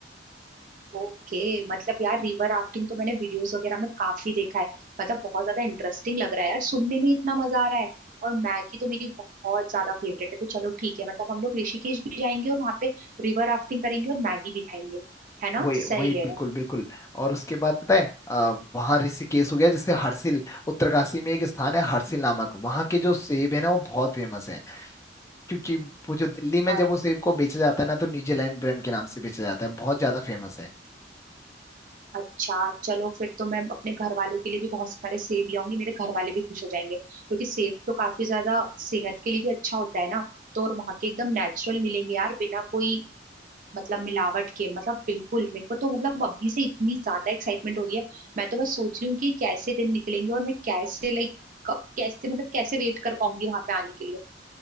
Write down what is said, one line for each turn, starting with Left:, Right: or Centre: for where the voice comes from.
Right: ओके मतलब यार रिवर राफ्टिंग तो मैंने वीडियोस वगैरह में काफी देखा है मतलब बहुत ज्यादा इंटरेस्टिंग लग रहा है यार सुनने में इतना मजा आ रहा है और मैगी तो मेरी बहुत ज्यादा फेवरेट है तो चलो ठीक है मतलब हम लोग ऋषिकेश भी जाएंगे और वहां पे रिवर राफ्टिंग करेंगे और मैगी भी खाएंगे है ना
Left: वही वही
Right: सही
Left: बिल्कुल
Right: है
Left: बिल्कुल और उसके बाद पता है आ, वहाँ ऋषिकेश हो गया जैसे हरसिल उत्तरकाशी में एक स्थान है हरसिल नामक वहाँ के जो सेब है ना वो बहुत फेमस है क्योंकि वो जो दिल्ली में
Right: और
Left: जब वो सेब को बेचा जाता है ना तो न्यूजीलैंड ब्रांड के नाम से बेचा जाता है बहुत ज्यादा फेमस है
Right: अच्छा चलो फिर तो मैं अपने घर वालों के लिए भी बहुत सारे सेब लाऊंगी मेरे घर वाले भी खुश हो जाएंगे क्योंकि सेब तो काफी ज्यादा सेहत के लिए भी अच्छा होता है ना तो और वहां के एकदम नेचुरल मिलेंगे यार बिना कोई मतलब मिलावट के मतलब बिल्कुल मेरे को तो मतलब अभी से इतनी ज्यादा एक्साइटमेंट हो रही है मैं तो बस सोच रही हूँ कि कैसे दिन निकलेंगे और मैं कैसे लाइक कब कैसे मतलब कैसे वेट कर पाऊंगी वहां पे आने के लिए